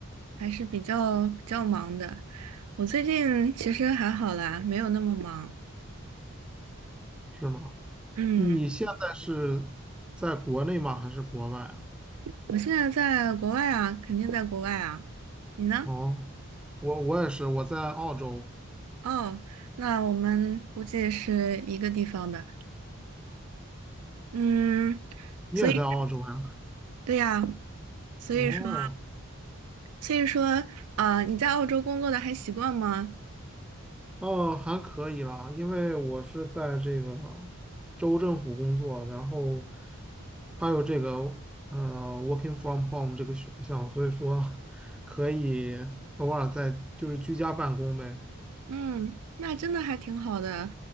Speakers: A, on the right; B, in the centre.
A: 还是比较比较忙的。我最近其实还好啦，没有那么忙。
B: 是吗？
A: 嗯，
B: 你现在是在国内吗？还是国外啊？
A: 我现在在国外啊，肯定在国外啊。你呢？
B: 哦，我我也是，我在澳洲，
A: 哦，那我们估计是一个地方的。嗯，
B: 你也在澳洲呀？
A: 所以对呀，所以说，
B: 哦，
A: 所以说，啊，你在澳洲工作的还习惯吗？
B: 哦，还可以啦，因为我是在这个州政府工作，然后还有这个呃 working from home 这个选项，所以说 <laughs> 可以偶尔在就是居家办公呗。
A: 嗯，那真的还挺好的，